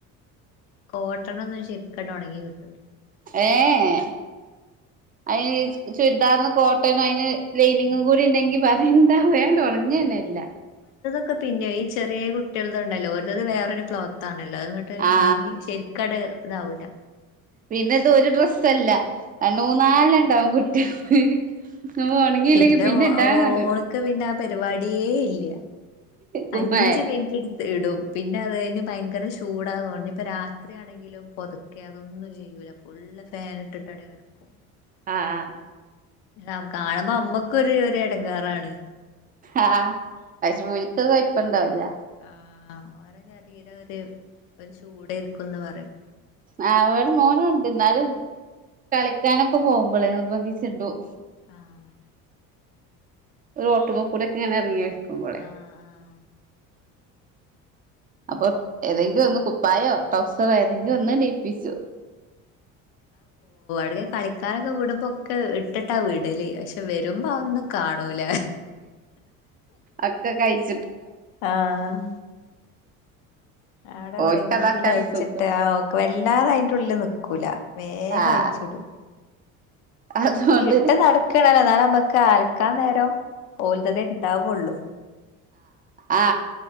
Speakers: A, on the left; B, on the right.
A: കോട്ട നൊന്നും ശരിക്കാട്ട്ഉണങ്ങി കിട്ടൂല
B: ഏഹേ അയന് ചുരിദാർന് കോട്ടന് അയ്ന് ലൈനിങ്ങും
A: ഉം
B: കൂടി ഉണ്ടെങ്കി പറയണ്ടവേണ്ട് ഉണങ്ങന്നെല്ല
A: ക്കെ പിന്നെ ഈ ചെറിയ കുട്ടി ൾത് ണ്ടല്ലോ ഓൽദദ് വേറൊരു ക്ലോത്താണ് എല്ലാങ്ങട്ട്
B: ആ
A: ഉണങ്ങി ശരിക്കാണ്ട് ഇതാവുല
B: പിന്നെ ഇത് ഒര് ഡ്രസ്സല്ല രണ്ട് മൂന്നാലണ്ണം ണ്ടാവും കുട്ടോൾത് ഓ ഒണങ്ങിയില്ലെങ്കി
A: ഇന്റെ
B: പിന്നെ ഇടാ
A: ഓൾക്ക്
B: ങ്ങട്ട്
A: പിന്നെ ആ പരിപാടിയേ ഇല്ല
B: കുമ്മേ
A: അഞ്ച് മിനിറ്റ് ട്ത്ത് ഇടും പിന്നെ പിന്നെ അത് കഴിഞ്ഞ് ഭയങ്കര ചൂടാ തോന്ന ഇപ്പ രാത്രിയാണെങ്കിലും പൊതുക്കെ അതൊന്നും ചെയ്യൂല ഫുള്ള് ഫാൻ ഇട്ടിട്ട് അട് കിടക്കും
B: അ ആ
A: ആ കാണുമ്പോ നമ്മക്കും ഒരു ഇടങ്ങേറാണ്
B: ആ പക്ഷേ ഓൽക്ക് അത് കൊഴപ്പംണ്ടാവൂല
A: ആ ഓരോ ജാതിയില് ഒരു ഒരു ചൂടേര്ക്കുംന്ന് പറയും
B: ആ ഇവടെ മോനുണ്ട് ന്നാലും കളിക്കാനൊക്കെ പോകുമ്പളേ നിർബന്ധിച്ചിടും
A: ആഹ്
B: റോഡ് മ കൂടെ ക്കെ ഇങ്ങനെ ഇറങ്ങി ക്കുമ്പോളെ
A: ആഹ് ആഹ്
B: അപ്പൊ ഏതെങ്കിലും ഒന്ന് കുപ്പായോ ടൗ സ് റൊ ഏതെങ്കി ഒന്ന്ടീ പ്പിച്ചു
A: വര് കളിക്കാനൊക്കെ വിടുമ്പോക്കെ ഇട്ടിട്ടാ വിടല് പക്ഷെ വരുമ്പോ അ ഒന്നും കാണൂല
B: ഒക്കെ കഴിച്ച്
A: ആഹ് അവിടെ എവിടെങ്കിലും
B: ഓൽക്കതക്കാണ്
A: അയിച്ചിട്ട്
B: സുഖം
A: ആ ഓക്ക് വല്ലാതെ അയിന്റെ ഉള്ളില് നിക്കൂല വേഗം
B: ആഹ്
A: അയ്ച്ചിടും
B: അതുകൊണ്ട്
A: ഏ ഇട്ട് നടക്ക്ണ ന്നാ ലമ്മക്ക് ക്കാൽക്കാ നേരം ഓൽത തെ ണ്ടാവുള്ളൂ
B: ആആ